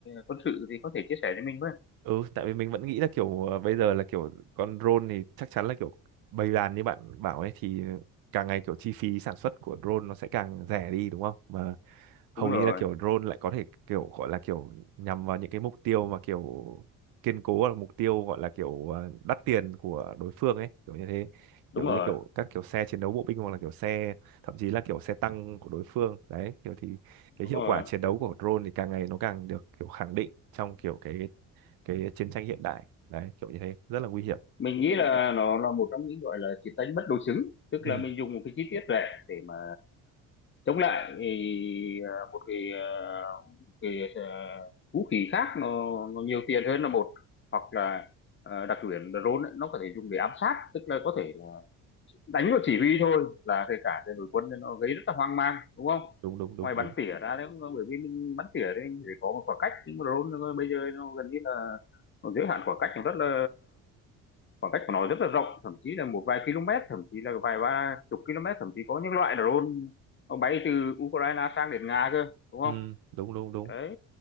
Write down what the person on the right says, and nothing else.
ừ tại vì mình vẫn nghĩ là kiểu ờ, bây giờ là kiểu con drone thì chắc chắn là kiểu bầy đàn như bạn bảo ấy thì càng ngày kiểu chi phí sản xuất của drone nó sẽ càng rẻ đi đúng không mà hầu
như là kiểu drone lại có thể kiểu gọi là kiểu nhằm vào những cái mục tiêu mà kiểu kiên cố hoặc là mục tiêu gọi là kiểu ờ, đắt tiền của đối phương ấy kiểu như thế
kiểu
như kiểu các kiểu xe chiến đấu bộ binh hoặc là kiểu xe thậm chí là kiểu xe tăng của đối phương đấy kiểu thì cái
hiệu
quả chiến đấu của drone thì càng ngày nó càng được kiểu khẳng định trong kiểu cái cái chiến tranh hiện đại đấy kiểu như thế rất là nguy hiểm
ừ
đúng đúng đúng
đúng
ừ đúng đúng đúng